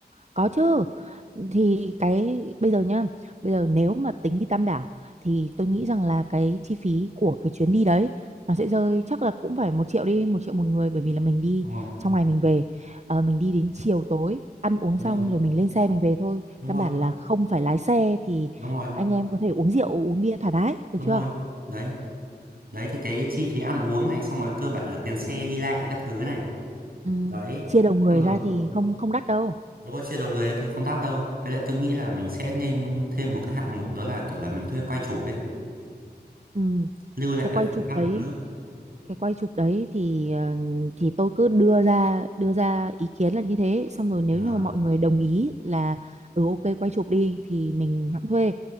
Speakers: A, on the right; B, on the right.
A: Có chứ. Thì cái bây giờ nhá, bây giờ nếu mà tính đi Tam Đảo thì tôi nghĩ rằng là cái chi phí của cái chuyến đi đấy nó sẽ rơi chắc là cũng phải một triệu đi, một triệu một người bởi vì là mình đi
B: đúng rồi
A: trong ngày mình về, Ờ, mình đi đến chiều tối ăn uống
B: đúng
A: xong
B: rồi
A: rồi mình lên xe mình về thôi.
B: đúng
A: Căn
B: rồi
A: bản là không phải lái xe thì
B: đúng rồi
A: anh em có thể uống rượu, uống bia thoải mái,
B: đúng
A: được chưa?
B: rồi đấy đấy thì cái chi phí ăn uống này xong rồi cơ bản là tiền xe đi lại các thứ này
A: Ừ,
B: đấy
A: chia đầu người
B: xong rồi
A: ra thì không không đắt đâu.
B: Đúng rồi, chia đầu người ấy thì không đắt đâu. Với lại tôi nghĩ là mình sẽ nên thêm một cái hạng mục đó là kiểu là mình thuê quay chụp ấy,
A: Ừ.
B: lưu lại
A: Cái
B: các
A: quay
B: khoảnh
A: chụp
B: khắc
A: đấy
B: họp lớp.
A: cái quay chụp đấy thì ờ, thì tôi cứ đưa ra đưa ra ý kiến là như thế xong rồi nếu
B: À,
A: như mà mọi người đồng ý là ừ ok quay chụp đi thì mình hãng thuê